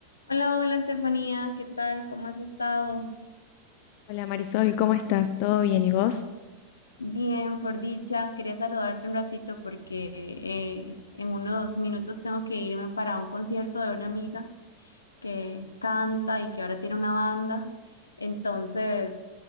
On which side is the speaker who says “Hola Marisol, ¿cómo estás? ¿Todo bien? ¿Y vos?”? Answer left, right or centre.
Left